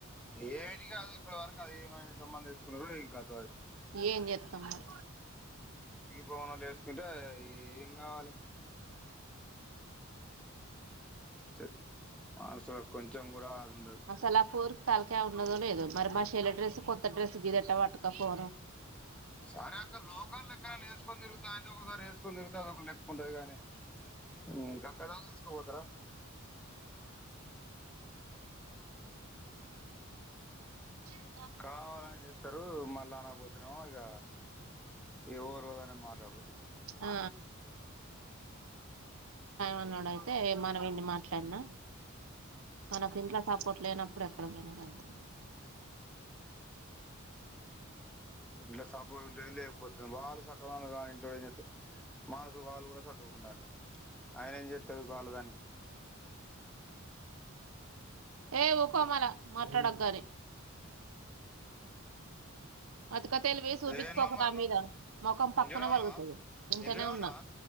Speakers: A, in the centre; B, on the right (about 80°).
A: ఏమిటి కాదు ఇప్పటివరకు అది ఏమ జమా తీసుకున్నారో ఇంకా అది
B: ఏం జెత్తం మరి
A: భవాలే వేసుకుంటే ఏం కావాలి చెప్ మానసులో కొంచెం కూడా ఉండదు
B: మసలాపూర్ తలకయ్ ఉన్నదో లేదొ మరి మా చెల్లి డ్రెస్ కొత్త డ్రెస్ గీదట్ట పట్టకపోను
A: సరే అక్క లోకల్ ఎక్కడన్న వేసుకని తిరుగుతా దాంటే ఒకసారి వేసుకొని తిరుగు అదొక లెక్కకు ఉంటది గాని ఉమ్ గక్కడల్ల ఎస్కోని బొతరా
B: అ
A: కావాలని చెతా రు మళ్ళా కాకపోతేనేమో ఇగ ఎవరు అదే మాట అనవటి
B: ఆ <inaudible> అయితే మనం ఎన్ని మాట్లాడినా మనకి ఇంట్లో సపోర్ట్ లేనప్పుడు అక్కడికిపోయిన అంతే
A: ఇంట్లో సపోర్ట్ ఉంటే ఏంది లేకపోతే ఏంది వాళ్ళు సక్ పక్క కాని ఇంట్లో మానసులు వాళ్ళు కూడా చక్కగా ఉండాలి <inaudible> ఆయన ఏం చేస్తాడు వల్లదానికి
B: ఎ ఉకో మల్లా మాట్లాడకు గానీ అతిక తెలివి చూపించుకోకు
A: ఏడ ఉన్నావ్ మరి
B: నా
A: నువ్వు
B: మీద మొఖం పక్కన
A: ఏడ ఉన్నావ్
B: పలుగుతది
A: రా
B: ఇంటనే
A: ఇంట్లనే
B: ఉన్నా
A: ఉన్నవ